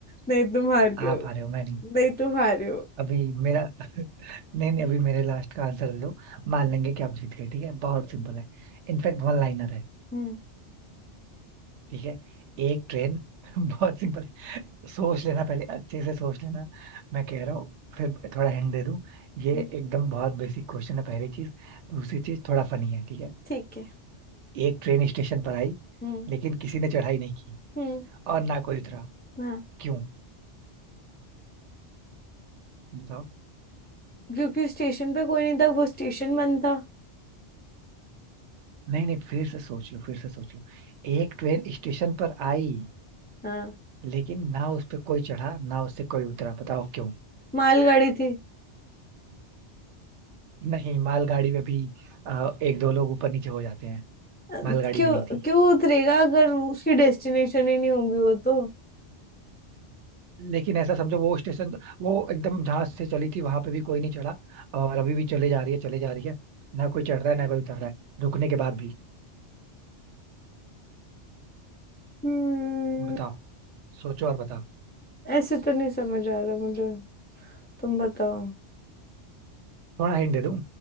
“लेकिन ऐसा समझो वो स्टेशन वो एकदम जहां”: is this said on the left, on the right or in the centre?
Right